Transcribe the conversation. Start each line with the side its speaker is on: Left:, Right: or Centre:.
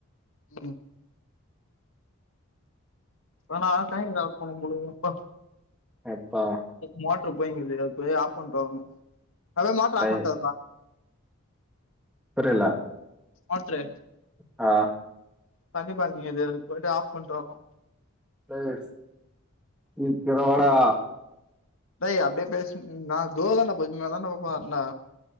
Left: ம் அது நா <unintelligible> அப்பா
Centre: அப்பா
Left: மோட்டரு போயினுகிது அதுபோயி ஆப் பண்ணிட்டு வறனும் அதா மோட்ரு
Centre: டேய்,
Left: ஆஃப் பண்ட்டு வறனும்
Centre: புரியில
Left: மோட்ரு
Centre: ஆ
Left: தண்ணிப்பாஞ்சிகிது அது போயிட்டு ஆஃப் பண்ட்டு வரனும்
Centre: ப்ளே கிட்ஸ் ம் சீக்கிரவாடா
Left: டேய் அப்டே பேசின் நா தோ தாண்ட பொறுமையா தாண்ட போறன்டா